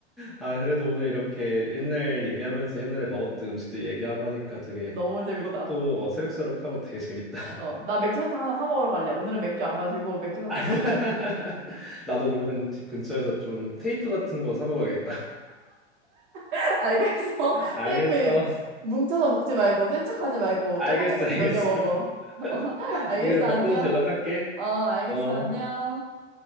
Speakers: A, in the centre; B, on the right (about 50°).
A: 아, 그래도 오늘 이렇게 옛날 얘기하면서 옛날에 먹었던 음식들 얘기하고 하니까 되게
B: 너무 재밌다.
A: 추억도 어, 새록새록하고 되게 재밌다.
B: 어, 나 맥주 사탕 하나 사 먹으러 갈래. 오늘은 맥주 안 마시고 맥주
A: <laughs>
B: 사탕 먹을래.
A: 나도 그러면 집 근처에서 좀 테이프 같은 거 사 먹어야겠다.
B: <laughs> 알겠어.
A: <laughs>
B: <laughs>
A: 알겠어.
B: 테이프 뭉쳐서 먹지 말고 센 척하지 말고
A: 알겠어,
B: 조금 조금씩
A: 알겠어.
B: 녹여 먹어.
A: <laughs>
B: <laughs> 어, 알겠어.
A: 이거 먹고
B: 안녕.
A: 나서 연락할게.
B: 어, 알겠어.
A: 어.
B: 안녕.